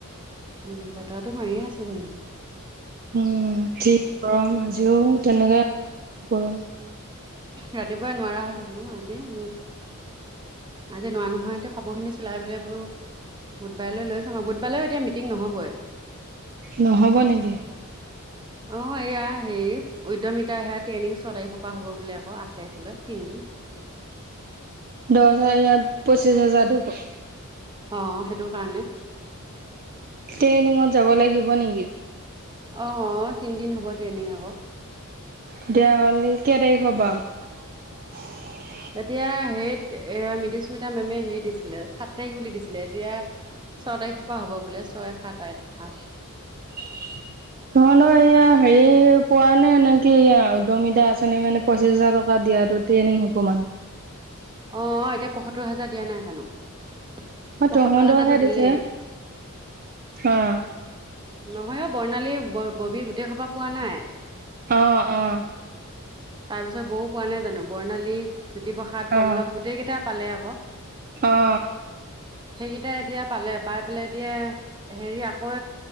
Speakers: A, on the right; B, on the right.
A: উ বতাহটো মাৰিয়ে আছে তেনেকে
B: উম ঠিক গৰম আজিও তেনেকে গৰম
A: ৰাতিপুৱা নোৱাৰা হৈ থাকিলোঁ আজি মোৰ আজি নোৱা নোহোৱা এতিয়া কাপোৰখিনি চিলাই পেলাই বোলো বুধবাৰলৈ লৈ যাম আৰু বুধবাৰলৈও এতিয়া মিটিং নহ'বই----।
B: নহব নেকি
A: অ এয়া হেৰি উদ্যমিতা সেয়া ট্ৰেইনিং ছয় তাৰিখৰ পৰা হ'ব বুলি আকৌ আঠ তাৰিখলৈ--। দিল্লী।
B: দহ হাজাৰ হেৰিয়ত পঁচিছ হাজাৰটো---।
A: অ সেইটো কাৰণে---।
B: ট্ৰেইনিঙত যাব লাগিব নেকি---।
A: অ তিনিদিন হ'ব ট্ৰেইনিং আকৌ---।
B: তেতিয়া হ'লে কেই তাৰিখৰ পৰা------। উ <unintelligible>
A: এতিয়া সেইত এ মিডিস্মিতা মেমে হেৰি দিছিলে সাত তাৰিখ বুলি দিছিলে এতিয়া---। ছয় তাৰিখৰ পৰা হ'ব বোলে ছয় সাত আঠ আাঁঠ।
B: <unintelligible> তহতৰ এয়া হেৰি পোৱা নে নেকি উদমিতা আঁচনি মানে পঁচিশ হাজাৰ টকা দিয়া। ট্ৰেনিং হব মানে।
A: অ অ এতিয়া পয়সত্তৰ হাজাৰ দিয়া নাই জানো। পয়সত্তৰ
B: অ তহঁতৰহে
A: হাজাৰটো
B: দিছে
A: দিলে
B: অ
A: নহ। মই বৰ্ণালী ব ববী গোটেই সোপা পোৱা নাই।
B: অ অ
A: তাৰ পিছত বৌ পোৱা নাই জানো বৰ্ণালী জ্যোতিপ্ৰসাদ। পল্লৱ
B: অ
A: গোটেই কেইটা পালে অ ক।
B: অ
A: সেইকেইটা এতিয়া পালে পাই পেলাই এতিয়া হেৰি আকৌ